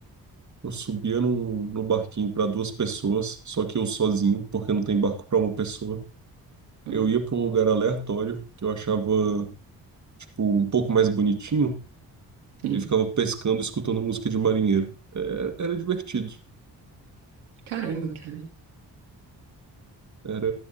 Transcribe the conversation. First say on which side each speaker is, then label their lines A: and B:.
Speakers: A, on the right; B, on the right.
A: Eu subia no, no barquinho para duas pessoas, só que eu sozinho, porque não tem barco para uma pessoa.
B: hum,
A: Eu ia para um lugar aleatório que eu achava, tipo, um pouco mais bonitinho
B: sim.
A: e ficava pescando, escutando música de marinheiro. Era, era divertido.
B: Caramba, cara,
A: Era,